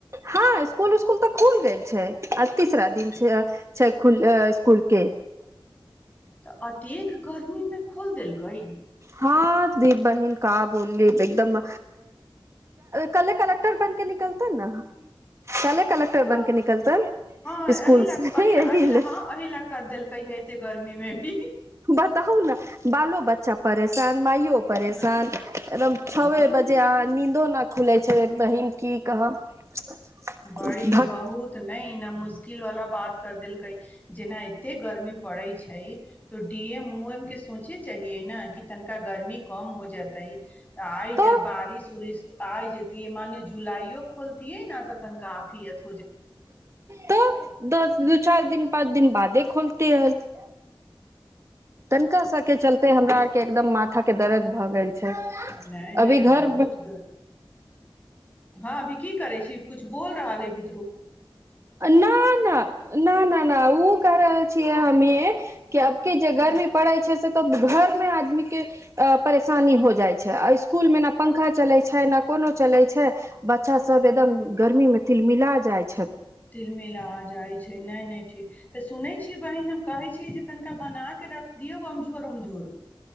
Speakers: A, on the right; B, on the left.
A: हँ इसकुल उस्कुल तऽ खुल गेल छै आ तीसरा दिन छै छै खु स्सकुल के।
B: तऽ अतेक गर्मी मे खोल देलकै
A: हँ दीप बहिन कह बोलली एकदम कले कलक्टर बन के निकलतेै नै। कले कलेक्टर
B: तऽ
A: बन के निकलतै
B: हँ
A: स्कुल
B: एहि ला
A: से
B: एहि ला
A: एही
B: एहि ला
A: ले
B: हँ एहि ला कर देलकै ह एते गर्मी मे भी
A: बताउ ने बालो बच्चा परेशान माइयो परेशान
B: हँ
A: एकदम छओ
B: हँ
A: बजे अहाँ नीदो न खुलै छै। बहीन की कहब। <unintelligible>
B: बड़ी
A: धक
B: बहुत नहि न मुश्किल वाला बात। कर देलकै जेनाइ। एते गर्मी पड़े छै तो डी एम उ एम केए। सोचे चाहिये ने कि तनिका गर्मी कम हो जेते आइ
A: तऽ
B: बारिश -उरिश आइ जेतिये मान जुलाइयो खोलतििये न त। काफियत।
A: तऽ दस दू चार। दिन पाँच दिन बादे खोलतीे है। <unintelligible> तनिका सबके चलते हमरा आर के एकदम माथा के दर्द भऽ गेल छै।
B: नहि नहि
A: अभी घर।
B: बहुत
A: <unintelligible>
B: ग हँ अभी की करे छी कछ बोल रहल है बु।
A: न -नहि न -नहि ओ कर। छियै हमी। <unintelligible> क अबके जे
B: ह
A: घरमी पड़ै छै से। तब घर में आदमी के परेशानी हो जाय छै आ स्कूल में ने पंखा चले छै ने कोनो चले छै बच्चा सब एदम गर्मी में तिलमिला जाय छै।
B: तिलमिल आ जाइ छै नहि नहि। तऽ सुनै छीै बहिन हम कहै छीयै जे तनिका बनााकऽ रख दियौ अमझोर उमझोर।